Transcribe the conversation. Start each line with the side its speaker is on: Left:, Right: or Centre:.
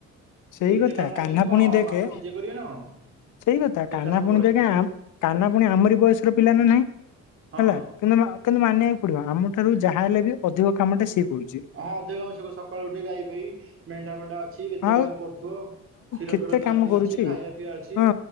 Left: ସେଇ
Right: ଏତେ
Left: କଥା
Right: କାମ
Left: କାହ୍ନା
Right: ଅଛନ୍ତି କଣ
Left: ପୁଣି ଦେଖେ
Right: ବାପା ନିଜେ କରିବେ ନା କଣ
Left: ସେଇ କଥା କାହ୍ନା
Right: ଏକା ସବୁବେଳେ
Left: ପୁଣି ଦେଖିଆ କାହ୍ନା ପୁଣି ଆମରି ବୟସର ପିଲା ନା ନାହିଁ
Right: ହଁ
Left: ହେଲା କିନ୍ତୁ କିନ୍ତୁ ମାନିବାକୁ ପଡିବ ଆମ ଠାରୁ ଯାହା ହେଲେ ବି ଅଧିକ କାମଟା ସିଏ କରୁଛି
Right: ହଁ ଅଧିକ କାମ ସେ ସକାଳୁ ଉଠିକି ଗାଇ ଫାଇ ମେଣ୍ଢା ଫେଣ୍ଡା ଅଛି କେତେ
Left: ଆଉ
Right: କାମ କରୁଥିବ ଆଉ କ୍ଷୀର
Left: କେତେ
Right: ଫୀର ଦୁହାଁ
Left: କାମ
Right: ଦୁହିଁ
Left: କରୁଛି
Right: ଅଛି ଖାଇବା ପିଇବା ଅଛି
Left: ହଁ